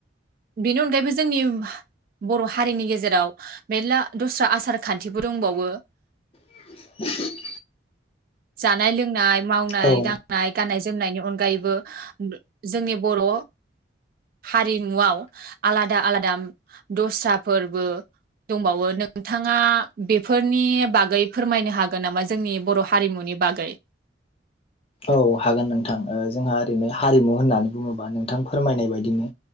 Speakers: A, on the right (about 50°); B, on the left (about 30°).
A: बेनि अनगायैबो जोंनि बर' हारिनि गेजेराव मेरला दस्रा आसार खान्थिबो दंबावो।
B: <inaudible>
A: जानाय लोंनाय। मावनाय
B: औ
A: दांनाय गाननाय जोमनायनि अनगायैबो जोंनि बर' हारिमुआव आलादा आलादा दस्रा फोरबो। दंबावो नोंथाङा बेफोरनि बागै फोरमायनो हागोन नामा जोंनि बर' हारिमुनि। नि बागै
B: औ हागोन नोंथां जोंहा ओरैनो हारिमु होननानै बुङोबा नोंथां फोरमायनाय बायदिनो।